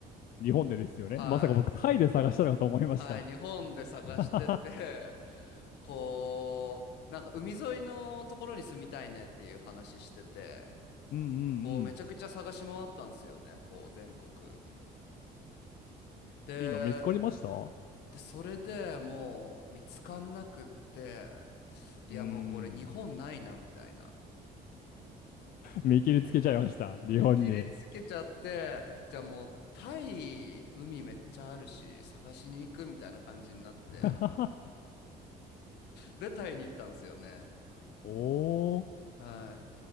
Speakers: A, on the left; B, on the left.
A: 日本でですよね。
B: はい。
A: まさか僕タイで探したのかと思いました。
B: はい。日本で探してて、
A: <laughs>
B: こう、なんか、海沿いのところに住みたいねっていう話してて、
A: うんうんう
B: こうめちゃくちゃ探し回ったんですよね、
A: ん。
B: こう全国。で、
A: いいの見つかりましたう
B: で、それでもう見つかんなくって、いやもうこれ日本ないなみたいな。
A: ーん。見切りつけちゃいました。日本に。
B: 見切りつけちゃって、じゃあもうタイ海めっちゃあるし探しに行くみたいな感じになって、
A: <laughs>
B: でタイに行ったんですよね。
A: おお。
B: はい。